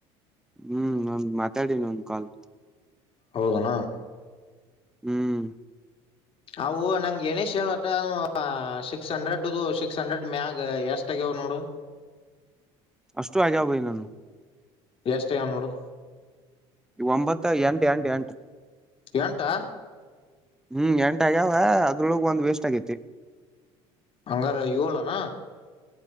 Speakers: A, in the centre; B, on the left.
A: ಹ್ಮ್ ಒಂದ ಮಾತಾಡನ ಒಂದ ಕಾಲ್
B: ಹೌದಣ
A: ಹ್ಮ್
B: ಅವು ನಂಗಗೆ ನೇಶ್ ಹೇಳತ್ತ ಅ ಸಿಕ್ಸ್ ಹಂಡ್ರೆಡ್ದು ಸಿಕ್ಸ್ ಹಂಡ್ರೆಡ್ ಮ್ಯಾಗ ಎಷ್ಟ ಆಗ ಅವ ನೋಡು
A: ಅಷ್ಟು ಆ್ಯಗಾವ ಭಾಯಿ ನನ್ನು
B: ಎಷ್ಟ ಆಗ್ಯಾವ ನೋಡು
A: ಒಂಬತ್ತು ಎಂಟು ಎಂಟ ಎಂಟ
B: ಎಂಟಾ
A: ಹ್ಮ್ ಎಂಟ ಆಗ್ಯಾವ ಅದ್ರೊಳಗ್ ಒಂದ್ ವೇಸ್ಟ್ ಆಗೈತಿ
B: ಹಂಗಾರ ಏಳನ